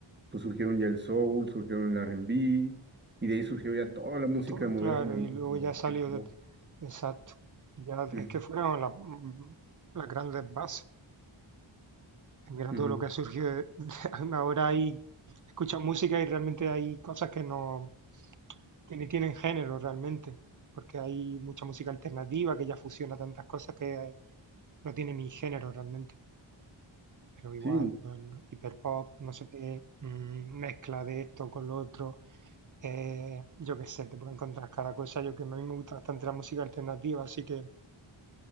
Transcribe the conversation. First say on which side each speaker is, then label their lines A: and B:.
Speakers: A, on the right; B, on the right.
A: pues surgieron ya el soul, surgieron el R&B, y de ahí surgió ya toda la música
B: todo,
A: moderna,
B: claro,
A: ¿no?
B: y luego
A: Como
B: ya salió
A: hip hop.
B: de, exacto. Y Ya
A: Ujú,
B: es que fueron las, mm, las grandes bases. Mira
A: ujú.
B: todo lo que ha surgido. de- <laughs> ahora hay, escuchas música y realmente hay cosas que no, que ni tienen género realmente, porque hay mucha música alternativa que ya fusiona tantas cosas que no tiene ni género realmente pero igual,
A: Sí,
B: pues, no- hiperpop, no sé qué, mm, mezcla de esto con lo otro, eh, yo qué sé, te puedo encontrar cada cosa. Yo que a mí me gusta bastante la música alternativa, así que